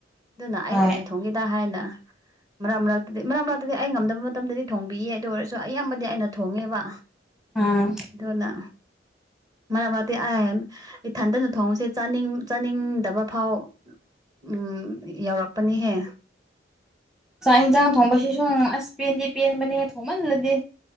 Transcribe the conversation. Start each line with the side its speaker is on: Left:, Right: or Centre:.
Right: ꯑꯗꯨꯅ ꯑꯩ
Centre: ꯍꯣꯏ
Right: ꯑꯣꯏꯅ ꯊꯣꯡꯒꯦꯗ ꯍꯥꯏꯅ ꯃꯔꯛ ꯃꯔꯛꯇꯗꯤ ꯃꯔꯛ ꯃꯔꯛꯇꯗꯤ ꯑꯩ ꯉꯝꯗꯕ ꯃꯇꯝꯗꯗꯤ ꯊꯣꯡꯕꯤꯌꯦ ꯑꯗꯨ ꯑꯣꯏꯔꯁꯨ ꯑꯌꯥꯝꯕꯗꯤ ꯑꯩꯅ ꯊꯣꯡꯉꯦꯕ
Centre: ꯎꯝ
Right: ꯑꯗꯨꯅ ꯃꯔꯛ ꯃꯔꯛꯗꯤ ꯑꯥꯏꯝ ꯏꯊꯟꯗꯅ ꯊꯣꯡꯕꯁꯦ ꯆꯥꯅꯤꯡ ꯆꯥꯅꯤꯡꯗꯕ ꯐꯥꯎ ꯎꯝ ꯌꯧꯔꯛꯄꯅꯦꯍꯦ
Centre: ꯆꯥꯛ ꯏꯟꯖꯥꯡ ꯊꯣꯡꯕꯁꯤꯁꯨ ꯑꯁ ꯄꯦꯟꯗꯤ ꯄꯦꯟꯕꯅꯦꯍꯦ ꯊꯣꯡꯃꯟꯂꯗꯤ